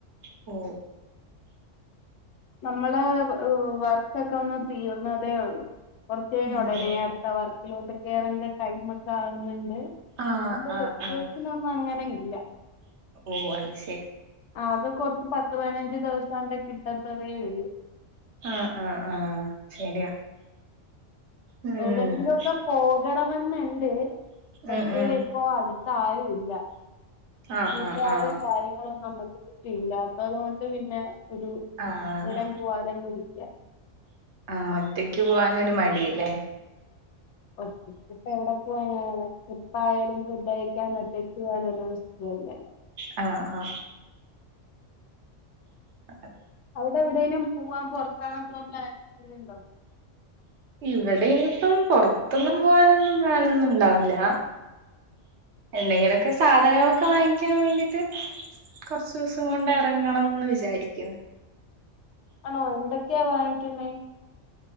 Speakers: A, on the right; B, on the left.
A: ഓ
B: നമ്മളെ ഹ്‌ വർക്കൊക്കെ ഒന്ന് തീർന്നതേ ള്ളു കുറച്ചയിനെ
A: ഉം
B: ഉടനെഅടുത്തവർക്കിലോട്ട്
A: ഉം
B: കേറേണ്ട ടൈമ് ഒക്കെ ആകുന്നുണ്ട്
A: ആഹ്
B: ഓന്റെ
A: ആഹ്
B: വെക്കേഷൻ
A: ആഹ്
B: ആകുമ്പോ അങ്ങനെയിരിക്കും ല്ല
A: ഓ അത് ശരി
B: അ അത് കൊറച്ച് പത്ത് പതിനഞ്ച് ദിവസം ആകുമ്പോ കിട്ടത്ത് ത്തതെയുള്ളു
A: ആഹ ആഹ ആഹ് ശരിയാ ഉം
B: എവിടെയങ്കിലും ഒക്കെ പോകണമെന്ന്ണ്ട് പക്ഷെ
A: ഉം ഉം
B: ഇപ്പോ അടു പ്പ ആരുല്ല
A: ആഹ്
B: കൂട്ടുകാരും
A: ആഹ് ആഹ്
B: കാര്യങ്ങളും നമ്മുക്ക് കി ല്ലാത്തത് കൊണ്ട് പിന്നെ ഒരു
A: ആ ആ
B: എവിടെയും പോവാതെങ്ങ് ഇരിക്ക
A: ആ ഒറ്റക്ക് പോവാനൊരു മടി ലിലേ
B: ഒറ്റക്കിപ്പ എവിടെ പോവാന ഒറ്റ ഇപ്പ ആയാലും ഫുഡഴിക്കാൻ ഒറ്റക്ക് പോകാനൊരു സു ഇല്ല ല്ല
A: ആ ആ ആ
B: അവിടെ എവിടെേലും പോവാൻ പൊറത്താണോ പോവാൻ പ്ലനുണ്ടോ
A: ഇവിടെ ഇനിപ്പം പുറത്തൊന്നും പോവാനൊന്നും പ്ലാനൊന്നുംണ്ടാവില്ല എന്തെങ്കിലൊക്കെ സാധനങ്ങളൊക്കെ വാങ്ങിക്കാൻ വേണ്ടീട്ട് കൊറച്ചു ദിവസം കൊണ്ട് ഇറങ്ങണംന്ന് വിചാരിക്കുന്നു
B: ആണോ എന്തൊക്കെയാ വാങ്ങിക്കുന്നേ